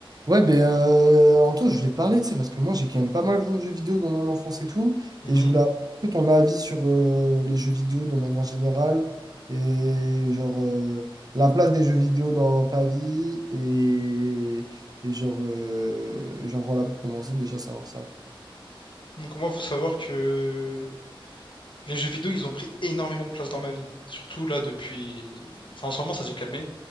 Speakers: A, on the right; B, on the left.
A: Ouais, ben, euh, Anto, je voulais te parler, tu sais, parce que moi, j'ai quand même pas mal joué aux jeux vidéo dans mon enfance et tout,
B: Mhm.
A: et je voulais avoir un peu ton avis sur euh, les jeux vidéo de manière générale, et genre euh, la place des jeux vidéo dans ta vie, et, et genre, euh, et genre voilà, pour commencer, déjà savoir ça.
B: Donc moi, faut savoir que les jeux vidéo, ils ont pris énormément de place dans ma vie. Surtout là depuis... Enfin, en ce moment, ça s'est calmé.